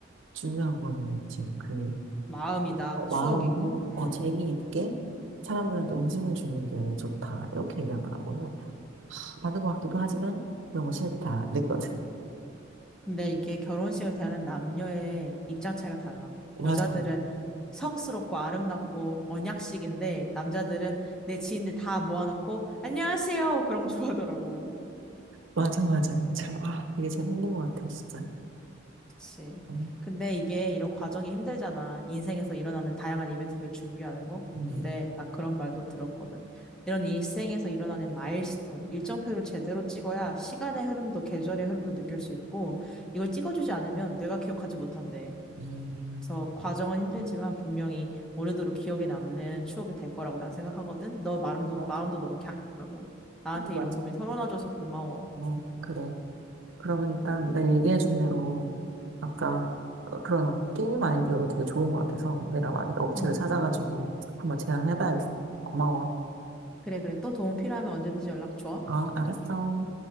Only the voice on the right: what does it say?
중요한 거는 지금 그,
어, 마음이,
어, 재미있게 사람들한테 웃음을 주는 게 좋다. 이렇게 얘기하더라고. 맞는 것 같기도 하지만 너무 싫다 이랬거든.
<laughs>
맞아,
맞아, 맞아. 참, 아, 이게 참 힘든 것 같아, 진짜.
음,
음,
음.
맞아,
하 맞아.
어, 그래. 그러면 일단 네가 얘기해준 대로 아까 어, 그런 게임 아이디어도 되게 좋은 것 같아서 내가 만약에 업체를
찾아가지고 한번 제안해봐야겠어. 고마워.
아, 알았어.